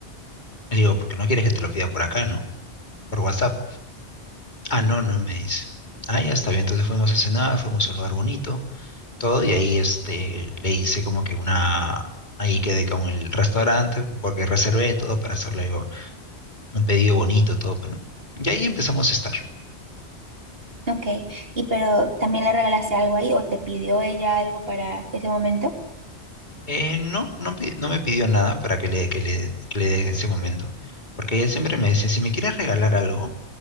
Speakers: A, on the left (about 45°); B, on the right (about 60°).
A: Le digo, porque no quieres que te lo pida por acá, ¿no? Por WhatsApp. Ah, no, no, me dice. Ah, ya está bien. Entonces fuimos a cenar, fuimos a un lugar bonito, todo, y ahí este, le hice como que una, ahí quedé con el restaurante, porque reservé todo para hacerle un pedido bonito, todo, ¿no? Y ahí empezamos a estar.
B: Ok, y pero también le regalaste algo ahí o te pidió ella algo para ese momento.
A: Eh, no, no, pi- no me pidió nada para que le, que le, que le dé en ese momento, porque ella siempre me dice, si me quieres regalar algo,